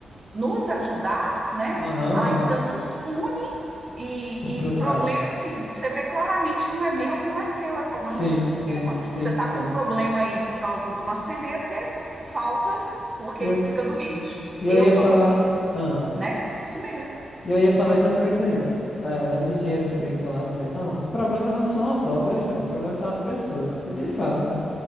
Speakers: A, on the right; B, on the left.
A: nos ajudar, né?
B: aham,
A: Ainda
B: aham.
A: nos pune e,
B: Complicado.
A: e problema, assim, você vê claramente que não é meu, que não é seu, é problema
B: Sim,
A: do sistema.
B: sim, sim,
A: Você está
B: sim.
A: com um problema aí por causa do marceneiro, porque falta, porque
B: E eu,
A: fica doente.
B: e eu
A: Eu
B: ia
A: tô
B: falar.
A: com,
B: Ah,
A: né? Isso mesmo.
B: e eu ia falar exatamente isso aí. Eh, os engenheiros brincam lá dizendo, não, o problema não são as obras, não, o problema são as pessoas. E de fato, né?